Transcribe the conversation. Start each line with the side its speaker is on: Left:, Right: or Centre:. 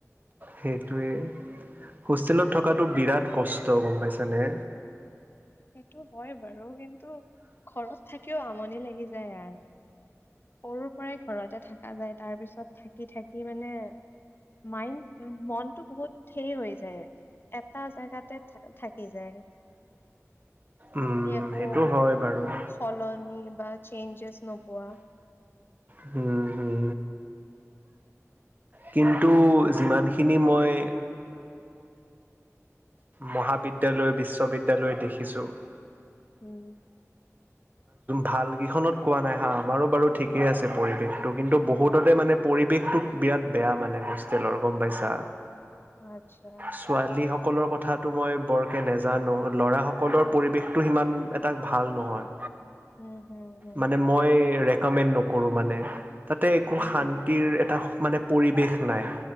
Right: সেইটোৱে হোষ্টেলত থকাতটো বিৰাট কষ্ট গম পাইছানে।
Left: সেইটো হয় বাৰু কিন্তু ঘৰত থাকিও আমনি লাগি যায় আৰু সৰুৰ পৰাই ঘৰতে থকা যায় তাৰ পিছত থাকি থাকি মানে মাইণ্ড মনটো বহুত হেৰি হৈ যায় এটা জেগাতে থাকি যায়
Right: উম
Left: তুমি আকৌ
Right: সেইটো হয় বাৰু
Left: ফলনি বা <unintelligible> চেইঞ্জেছ নপোৱা
Right: হম হম কিন্তু যিমানখিনি মই মহ বিদ্যালয় বিশ্ববিদ্যালয় দেখিছোঁ
Left: উম
Right: ভাল কেইখনত কোৱা নাই হা আমাৰো বাৰু ঠিকেই আছে পৰিৱেশ তো কিন্তু বহুততে মানে মানে পৰিৱেশটোক বিৰাট বেয়া মানে হোষ্টেলৰ গম পাইছা
Left: আচ্ছা
Right: ছোৱালী হক সকলৰ কথাটো মই বৰকৈ নজানো ল'ৰাসকলৰ পৰিৱেশটো সিমান এটা ভাল নহয়
Left: উম হম হম
Right: মানে মই ৰেকমেণ্ড নকৰো মানে তাতে একো
Left: উম
Right: শান্তিৰ এটা মানে পৰিৱেশ নাই